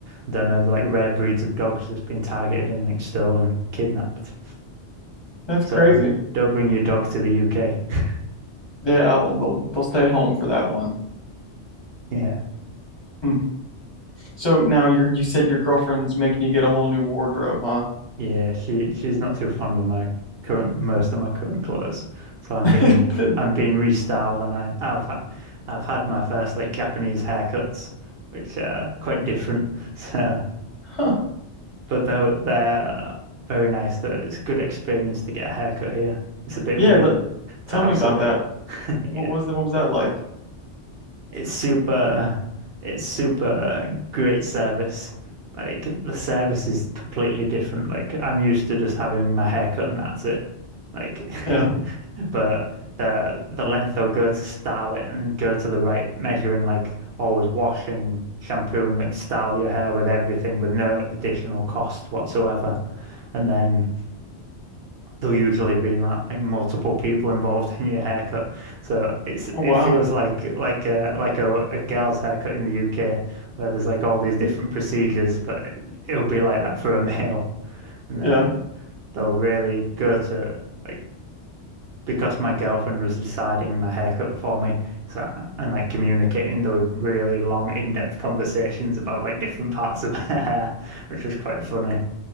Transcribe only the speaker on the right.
I don't know, like rare breeds of dogs that's been targeted and like stolen, kidnapped.
So
don't bring your dog to the UK. <laughs>
Yeah.
Yeah, she she's not too fond of my current most of my current clothes. So I'm
being
I'm being restyled and I I've ha- I've had my first like Japanese haircuts, which are quite different. <laughs> So,
but they're they're uh, very nice. Though it's a good experience to get a haircut here. It's a bit
weird
to
have
someone.
<laughs> Yeah.
It's super, it's super great service. Like the service is completely different. Like I'm used to just having my hair cut and that's it. Like,
<laughs> but the the length they'll go to style it and go to the right measure and like always wash and shampoo and like style your hair with everything with no additional cost whatsoever. And then there'll usually be like multiple people involved in your haircut. So it's
it
feels like like a like a, a girl's haircut in the UK where there's like all these different procedures, but it, it'll be like that for a <laughs> male. And
then they'll really go to like because my girlfriend was deciding my haircut for me, so, and like communicating the really long in-depth conversations about like different parts of <laughs> her hair, which was quite funny